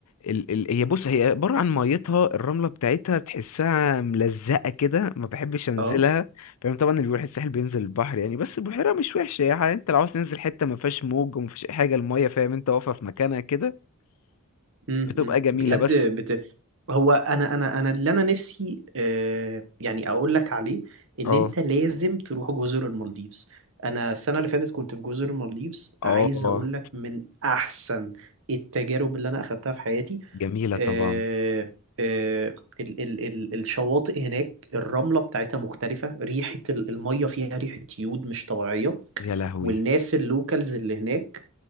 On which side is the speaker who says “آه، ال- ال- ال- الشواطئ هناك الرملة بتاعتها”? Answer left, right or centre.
Right